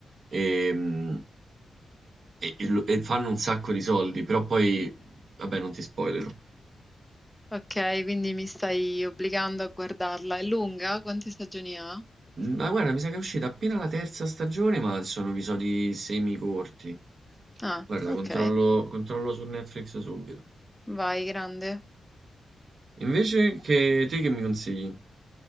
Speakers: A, on the right; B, in the centre.
A: e, mm, e- e lo- e fanno un sacco di soldi, però poi, vabbè, non ti spoilerò.
B: Ok, quindi mi stai obbligando a guardarla. È lunga? Quante stagioni ha?
A: Ma guarda, mi sa che è uscita appena la terza stagione, ma sono episodi semicorti.
B: Ah,
A: Guarda,
B: ok,
A: controllo, controllo su Netflix subito.
B: vai, grande.
A: Invece che te che mi consigli?